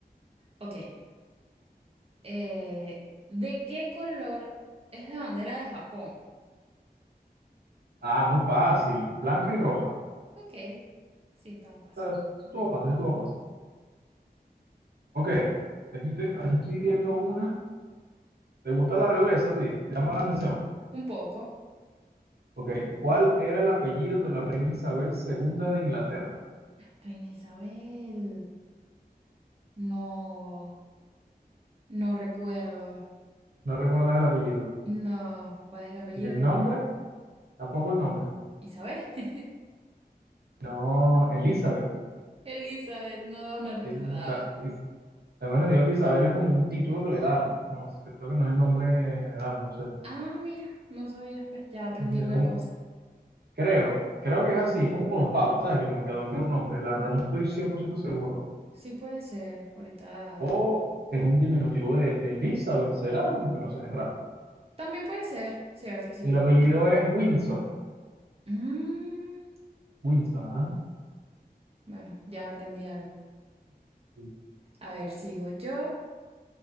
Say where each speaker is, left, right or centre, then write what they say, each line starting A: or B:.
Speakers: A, on the right; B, on the right.
A: Ok, eh, ¿de qué color es la bandera de Japón?
B: Ah, muy fácil. Blanca y roja.
A: Ok, sí, estaba fácil.
B: Ah, Estuvo fácil, estuvo fácil. Ok, aquí, tengo, aquí estoy viendo una. ¿Te gusta la realeza, a ti? ¿Te llama la atención?
A: Un poco.
B: Ok, ¿cuál era el apellido de la reina Isabel segunda de Inglaterra?
A: Reina Isabel. No, no recuerdo.
B: No recuerdas el apellido.
A: No, ¿cuál es el apellido?
B: ¿Y el nombre? Tampoco el nombre.
A: Isabel. <laughs>
B: No, Elizabeth.
A: Elizabeth, no, no recordaba.
B: Sí, Isa- Is- Además, te digo que Isabel es como un título que le dan. No, sé, creo que no es el nombre general, no sé.
A: Ah, mira, no sabía, ves, ya aprendí una
B: Es como,
A: cosa.
B: creo, creo que es así. Es como con los papas, ¿sabes? Que como que adoptan un nombre. La verdad no estoy 100% seguro.
A: Sí puede ser, ahorita.
B: O es un diminutivo de, de Elizabeth, ¿será? Pero no sé, es raro.
A: También puede ser, ¿cierto? Sí.
B: El apellido es Windsor.
A: Mm,
B: Windsor, ajá.
A: bueno, ya aprendí algo.
B: Sí.
A: A ver, sigo yo.